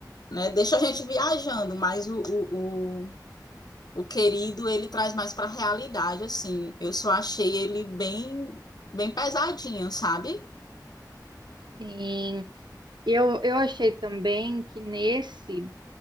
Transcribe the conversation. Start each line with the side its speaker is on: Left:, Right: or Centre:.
Left: né? Deixa a gente viajando, mas o, o, o, o querido ele traz mais para a realidade, assim. Eu só achei ele bem, bem pesadinho, sabe?
Right: Sim. Eu eu achei também que nesse